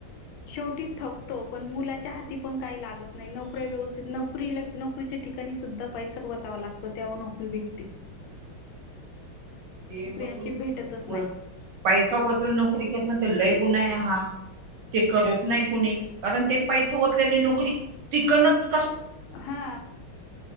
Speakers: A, on the left; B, on the right.
A: शेवटी थकतो पण मुलाच्या हाती पण काय लागत नाही नोकऱ्या व्यवस्थित नोकरीला नोकरीच्या ठिकाणी सुद्धा पैसाच वतावा लागतो तेव्हा नोकरी भेटती
B: <unintelligible> ते वतून
A: अशी भेटतच
B: व
A: नाही
B: पैसा वतून नोकरी करणं तर लय गुन्हा आहे हा ते करुच नाही कुणी कारण ते पैसे सलेली <unintelligible> नोकरी तिकनच
A: हा